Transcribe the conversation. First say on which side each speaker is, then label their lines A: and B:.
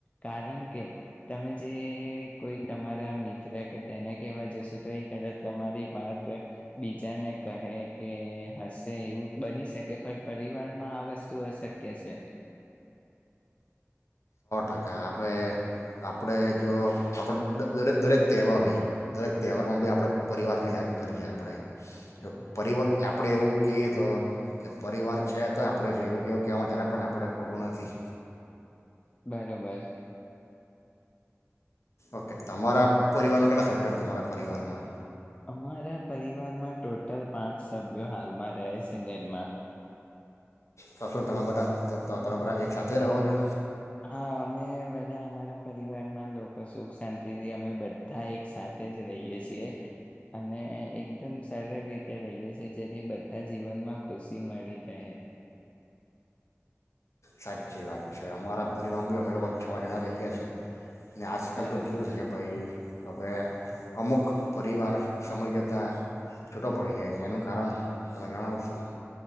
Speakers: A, on the left; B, on the left.
A: કારણ કે, તમે જે કોઈ તમારા મિત્ર કે કેવા જશ તો એ કદાચ તમારી વાત બીજાને કહે કે હશે એવું બની શકે પણ દિવારમાં આ વસ્તુ અશક્ય છે.
B: કા કે આપડે આપડે જો આપડ દરેક દરેક તહેવારો હોય દરેક તહેવારમાં બી આપણે પરિવારને યાદ કરીએ આપણે, જો પરિવા આપણે એવું કહીએ તો કે પરિવાર છે, તો આપણે રહેવું એવું કહેવામાં જ્યારે પણ આપણે ખોટું નથી.
A: બરોબર.
B: ઓકે તમારા પરિવારમાં કેટલા સભ્યો તમારા પરિવારમાં?
A: અમારા પરિવારમાં ટોટલ પાંચ સભ્યો હાલમાં રહે છે ઘરમાં.
B: તો શું તમે બધા તો તમે બધા એકસાથે રહો છો?
A: હા. અમે બધા અમારા પરિવારમાં લોકો સુખ શાંતિથી અમે બધા એક સાથે જ રહીએ છીએ. અને એકદમ સરળ રીતે રહીએ છીએ, જેથી બધા જીવનમાં ખુશી મળી રહે.
B: સાચી વાત છે. અમારા પરિવારમાં બી અમે લોકો છો જણા રહીએ છીએ. ને આજકાલ
A: બરોબર
B: તો કેવું છે કે ભાઈ હવે અમુક પરિવાર સમય જતા છૂટો પડી જાય છે, એનું કારણ તમે જણાવશો?